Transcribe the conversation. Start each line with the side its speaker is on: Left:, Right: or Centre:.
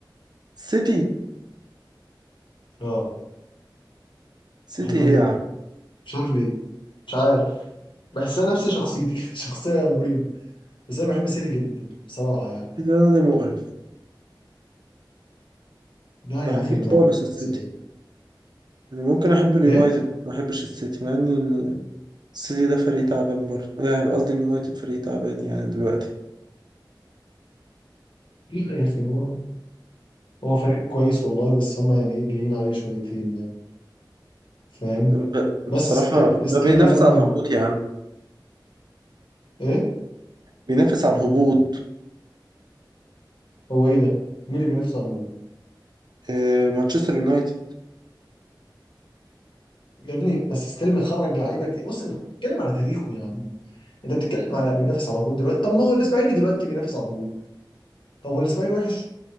Right: سيتي
Left: اه
Right: سيتي
Left: بحبها
Right: ايه
Left: جدا
Right: يا عم
Left: مش عارف ليه مش عارف بحسها نفس شخصيتي <laughs> شخصيه مريبه بس انا بحب السيتي جدا بصراحه يعني
Right: سيتي ده نادي مقرف
Left: لا
Right: ما
Left: يا
Right: بحبوش
Left: اخي ده
Right: خالص السيتي
Left: زي-
Right: انا ممكن احب اليونايتد
Left: ايه
Right: ما احبش السيتي مع ان السيتي ده فريق تعبان برضه آه، قصدي اليونايتد فريق تعبان يعني دلوقتي
Left: لا يا اخي هو هو فريق كويس والله بس هم يعني ايه جايين عليه شويتين يعني فاهم
Right: ب-
Left: بس
Right: بصراحة
Left: ستيب
Right: ده
Left: ستيل
Right: بينافس
Left: يعني
Right: على الهبوط يا عم
Left: ايه
Right: بينافس على الهبوط
Left: هو ايه ده مين اللي بينافس على الهجوم
Right: آه، مانشستر يونايتد
Left: يا ابني بس ستيل مخرج لعيبه كتير بص انت بتتكلم على تاريخه يا عم انت بتتكلم على بينافس على الهجوم دلوقتي طب ما هو الاسماعيلي دلوقتي بينافس على الهجوم طب هو الاسماعيلي وحش